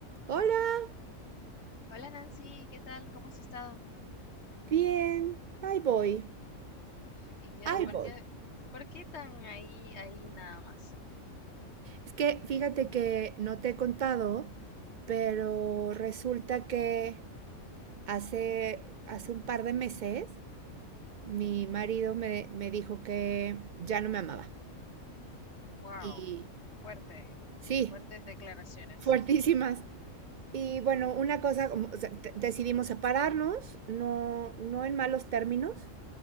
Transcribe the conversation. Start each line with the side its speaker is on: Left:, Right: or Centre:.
Right: Hola,
Left: Hola Nancy, ¿qué tal? ¿Cómo has estado?
Right: bien, ahí voy,
Left: Y de
Right: ahí
Left: ahí ¿por
Right: Bien. voy.
Left: qué, por qué tan ahí, ahí nada más?
Right: Es que fíjate que no te he contado, pero resulta que hace, hace un par de meses mi marido me, me dijo que ya no me amaba.
Left: Wow,
Right: Y
Left: fuerte,
Right: sí,
Left: fuertes declaraciones.
Right: fuertísimas. Y bueno, una cosa, como, o sea, te- decidimos separarnos, no, no en malos términos,